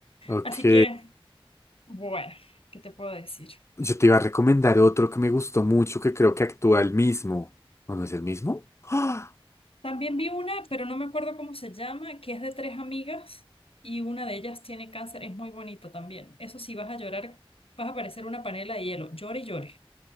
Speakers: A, on the left; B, on the left.
A: Ok.
B: Así que, bueno, ¿qué te puedo decir?
A: Yo te iba a recomendar otro que me gustó mucho, que creo que actúa el mismo. ¿O no es el mismo? ¡Ah!
B: También vi una, pero no me acuerdo cómo se llama, que es de tres amigas y una de ellas tiene cáncer, es muy bonita también. Eso sí, vas a llorar, vas a parecer una panela de hielo, llore y llore.